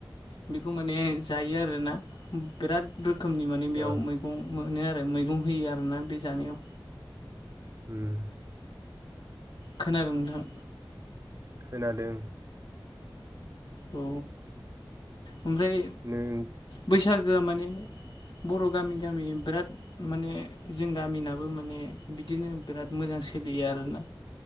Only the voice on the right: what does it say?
ओ
ओम।
खोनादों।
नों उम